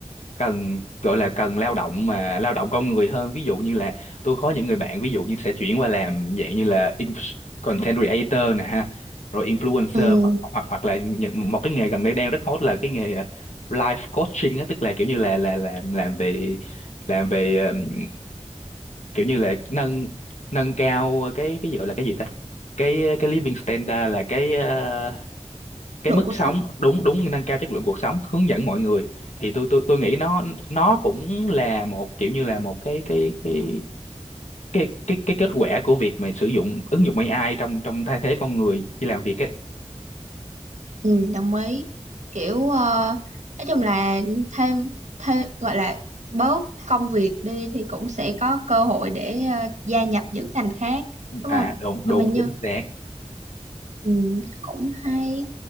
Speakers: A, on the left; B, on the right.
A: cần gọi là cần lao động mà lao động con người hơn ví dụ như là tôi có những người bạn ví dụ như sẽ chuyển qua làm dạng như là inf- content creator nè ha rồi influencer
B: ừ,
A: hoặc hoặc hoặc là những, một cái nghề gần đây đang rất hot là cái nghề ờ, life coaching á tức là kiểu như là là làm làm về làm về ừm, kiểu như là nâng nâng cao cái cái gọi là cái gì ta cái cái living standard là cái ờ, cái
B: lượng
A: mức
B: cuộc
A: sống
B: sống
A: đúng đúng nâng cao chất lượng cuộc sống hướng dẫn mọi người thì tôi tôi tôi nghĩ nó nó cũng là một kiểu như là một cái cái cái cái cái cái kết quả của việc mà sử dụng ứng dụng AI trong trong thay thế con người khi làm việc ấy
B: Ừ, đồng ý. Kiểu ờ, nói chung là thêm thêm gọi là bớt công việc đi thì cũng sẽ có cơ hội để ờ, gia nhập những ngành khác đúng
A: à
B: không?
A: đúng
B: Nhưng
A: đúng
B: mà như
A: chính xác
B: ừ, cũng hay